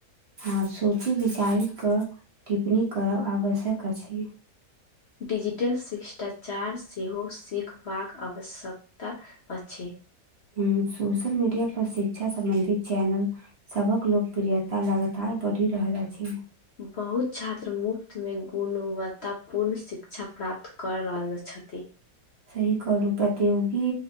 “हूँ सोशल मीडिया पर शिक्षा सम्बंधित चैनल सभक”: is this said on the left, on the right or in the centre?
Right